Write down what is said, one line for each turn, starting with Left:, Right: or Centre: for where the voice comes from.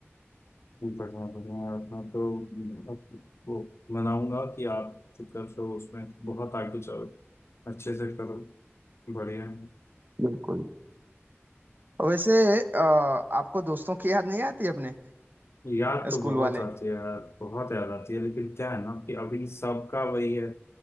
Left: जी बढ़िया बढ़िया यार मैं तो हम्म, अब वो मनाऊंगा कि आप जो कर रहे हो उसमें बहुत आगे चलो अच्छे से करो बढ़िया है।
Right: बिल्कुल वैसे अ, आपको दोस्तों की याद नहीं आती अपने
Left: याद तो
Right: स्कूल
Left: बहुत
Right: वाले
Left: आती है यार बहुत याद आती है लेकिन क्या है ना कि अभी सबका वही है